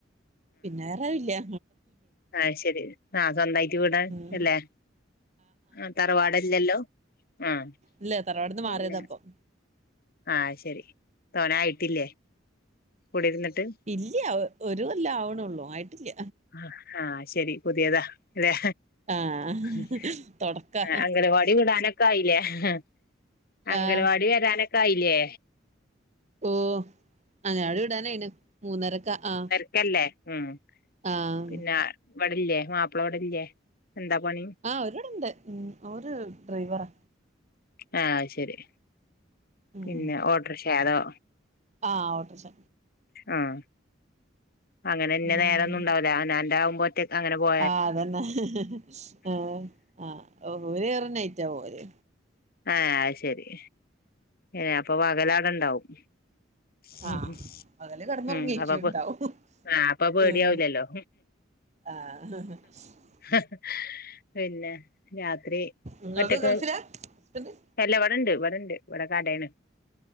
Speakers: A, on the right (about 40°); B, on the left (about 55°).
A: പിന്നെ വേറൊരുല്ല്യ
B: ആഹ് ശരി ആഹ സ്വന്തായിട്ട് വീടാ
A: ഉം
B: അല്ലേ ആഹ് തറവാടല്ലല്ലോ ആഹ
A: ഇല്ല തറവാട്ന്ന്
B: പിന്നെ
A: മാറിയതാ ഇപ്പം
B: ആഹ ശരി തോനായിട്ടില്ലേ കുടി ഇര്ന്നിട്ട്
A: ഇല്ല്യ ഒരു കൊല്ലം ആവണൊള്ളൂ ആയിട്ടില്ല
B: ആ ആഹ് ശെരി പുതിയതാ ല്ലേ
A: ആഹ്
B: <inaudible>
A: തൊടക്കാ
B: അംഗലവാടി വിടാനൊക്കെ ആയില്ലേ <unintelligible> അംഗലവാടി
A: ആഹ്
B: വരാനൊക്കെ ആയില്ലേ
A: ഓഹ് അംഗലവാടി വിടാനായിന് മൂന്നരക്ക ആഹ്
B: ക്കല്ലേ ഹ്മ്മ്
A: ആഹ്
B: പിന്നെ ഇവടല്ലേ മാപ്പള ഇവടെല്ലേ, എന്താ പണി
A: ആഹ് ഒരിവടെണ്ട് ഹ്മ്മ് ഓര് ഡ്രൈവറാ
B: ആഹ് അത് ശെരി
A: ഉം
B: പിന്നെ ഓട്ടർക്ഷ അതോ
A: ആഹ് ഓട്ടർക്ഷ
B: ആഹ് അങ്ങനെ ഇഞ്ഞ
A: ഉം
B: നേര ഒന്നും ഉണ്ടാവൂല്ല അവനാന്റാവുമ്പോ ഒറ്റക്ക് അങ്ങനെ പോ
A: ആഹ് അതന്നെ ഹേ ആഹ് ഓര് വരാ നൈറ്റാവും ഓര്
B: ഏഹ് അത് ശെരി ഏഹ് അപ്പ പകലവിടെ ണ്ടാവും ഹ്മ്മ്
A: ആഹ് പകല് കെടന്നൊറങ്ങേയ്ക്കും
B: ഹ്മ്മ് അപ്പ
A: ഇണ്ടാവും
B: ആഹ് അപ്പ പേടിയാവലല്ലോ
A: ഉം ആഹ് <inaudible>
B: <inaudible> പിന്നെ രാത്രി
A: ഇങ്ങളത്
B: ഒറ്റക്ക്
A: ഗൾഫിലാ ഹസ്ബൻഡ്
B: അല്ല ഇവടണ്ട്, ഇവടണ്ട് ഇവടെ കടേണ്.